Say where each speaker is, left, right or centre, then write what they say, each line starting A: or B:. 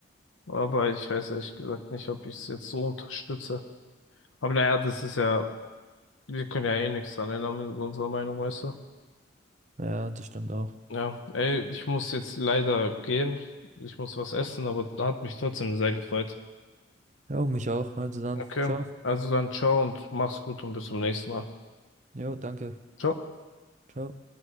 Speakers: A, on the left (about 80°); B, on the right (about 40°).
A: Aber ich weiß ehrlich gesagt nicht, ob ich es jetzt so unterstütze. Aber naja, das ist ja, wir können ja eh nichts dran ändern mit unserer Meinung, weißt du?
B: Ja, das stimmt auch.
A: Ja, ey, ich muss jetzt leider gehen. Ich muss was essen, aber hat mich trotzdem sehr gefreut.
B: Ja, und mich auch. Also dann,
A: Okay,
B: ciao.
A: also dann ciao und mach's gut und bis zum nächsten Mal.
B: Jo, danke.
A: Ciao.
B: Ciao.